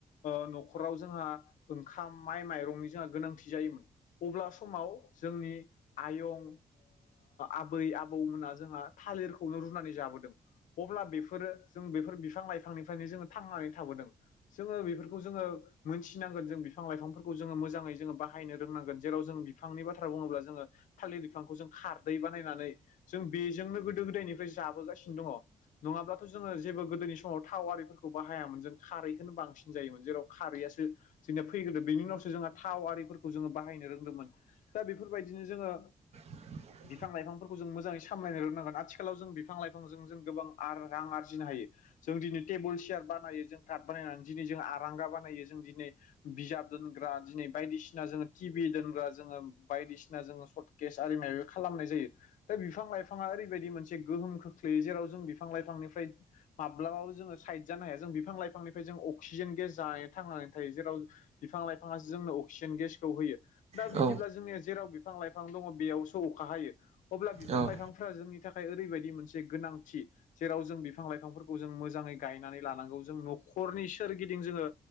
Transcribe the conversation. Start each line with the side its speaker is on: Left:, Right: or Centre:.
Left: ओ न'खराव जोंहा ओंखाम माइ माइरंनि जोंहा गोनांथि जायोमोन अब्ला समाव जोंनि आयं आबै आबौमोना जोंहा थालिरखौनो रुनानै जाबोदों अब्ला बेफोरो जों बेफोर बिफां लाइफांनिफ्रायनो जोङो थांनानै थाबोदों जोङो बेफोर खौ जोङो मोनथिनांगोन जों बिफां लाइफांफोरखौ जोङो मोजाङै जोङो बाहायनो रोंनांगोन जेराव जों बिफांनि बाथ्रा बुङोब्ला जोङो थालिर बिफांखौ जों खारदै बानायनानै जों बेजोंनो गोदो गोदायनिफ्राय जाबोगासिनो दङ नङाब्लाथ' जोङो जेबो गोदोनि समाव थाव आरिफोरखौ बाहायामोन जों खारैखौनो बांसिन जायोमोन जेराव खारैयासो जोंया फैग्रोदो बेनि उनावसो जोंहा थाव आरिफोरखौ जोङो बाहायनो रोंदोंमोन दा बेफोरबायदिनो जोङो
Right: <inaudible>
Left: बिफां लाइफांफोरखौ जों मोजाङै सामलायनो रोंनोंगोन आथिखालाव जों बिफां लाइफांजों जों गोबां रां आर आरजिनो हायो जों दिनै टेबोल सियार बानायो जों कार्ड बानायनानै दिनै जों आरांगा बानायो जों दिनै बिजाब दोनग्रा दिनै बायदिसिना जोङो टि भि दोनग्रा जोङो बायदिसिना जोङो सट केस आरिमायाबो <unintelligible> खालामनाय जायो दा बिफां लाइफाङा ओरैबायदि मोनसे गोहोम खोख्लैयो जेराव जों बिफां लाइफांनिफ्राय माब्लाबाबो जोङो साइड जानो हाया जों बिफां लाइफांनिफ्राय जों अक अक्सिजेन गेस जानाय थांनानै थायो जेराव बिफां लाइफाङासो जोंनो अक्सिजेन गेसखौ होयो दा
Right: औ
Left: बिदिब्ला जोंनिया जेराव बिफां लाइफां दङ बेयावसो अखा हायो अब्ला बिफां
Right: औ
Left: लाइफां फ्रा जोंनि थाखाय ओरैबायदि मोनसे गोनांथि जेराव जों बिफां लाइफांफोरखौ जों मोजाङै गायनानै लानांगौ जों न'खरनि सोरगिदिं जोङो